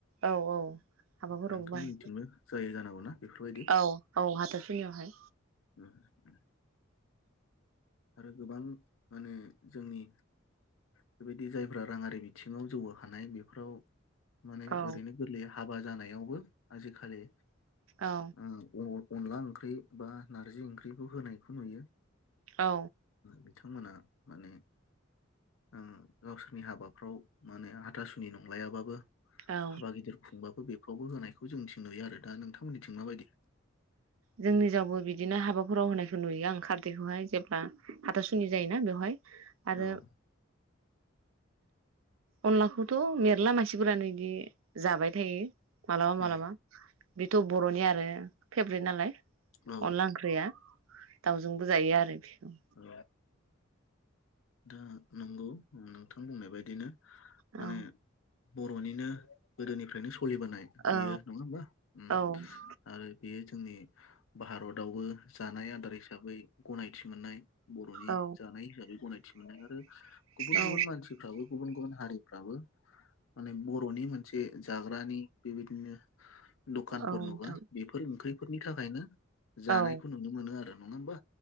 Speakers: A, on the right; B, on the left.
A: औ औ। हाबाफोरावबो
B: नोंथांमोननिथिंबो
A: बाहाय
B: जायो जानांगौ ना बेफोरबायदि
A: औ औ हाथारसुनियावहाय
B: उम, उम। आरो गोबां माने जोंनि बेबायदि जायफ्रा राङारि बिथिङाव जौगाखानाय बेफोराव माने
A: औ
B: ओरैनो गोरलै हाबा जानायावबो आजिखालि
A: औ
B: अन अनला ओंख्रि बा नारजि ओंख्रिखौ होनायखौ नुयो।
A: औ
B: बिथांमोना माने आ गावसोरनि हाबाफ्राव माने हाथासुनि नंलायाबाबो
A: औ
B: हाबा गिदिर खुंबाबो बेफ्रावबो होनाय बेखौ जोंथिं नुयो आरो दा नोंथांमोननिथिं माबायदि?
A: जोंनि जावबो बिदिनो हाबाफोराव होनायखौ नुयो आं खारदैखौहाय जेब्ला हाथासुनि जायोना बेवहाय। आरो
B: औ
A: अनलाखौथ' मेरला मानसिफोरानो बिदि जाबाय थायो। मालाबा
B: उम,
A: मालाबा बेथ' बर'नि आरो फे मोन नालाय
B: औ
A: अनला ओंख्रिया दाउजोंबो जायो आरो बेखौ।
B: औ दा नंगौ नोंथां बुंनाय बायदिनो। माने
A: औ
B: बर'निनो गोदोनिफ्रायनो स लिबोनाय
A: औ
B: बियो नङा होमबा उम
A: औ
B: आरो बेयो जोंनि भारतावबो जानाय आदार हिसाबै गनायथि मोननाय। बर'नि
A: औ
B: जानाय हिसाबै गनायथि मोनाय आरो गुबुन
A: औ
B: गुबुन मानसिफ्राबो गुबुन गुबुन हारिफ्राबो माने बर'नि मोनसे जाग्रानि बेबायदिनो दखानफोर
A: औ नोंथां
B: नुबा बेफोर ओंख्रिफोरनि थाखायनो जानायखौ
A: औ
B: नुनो मोनो आरो नङा होमबा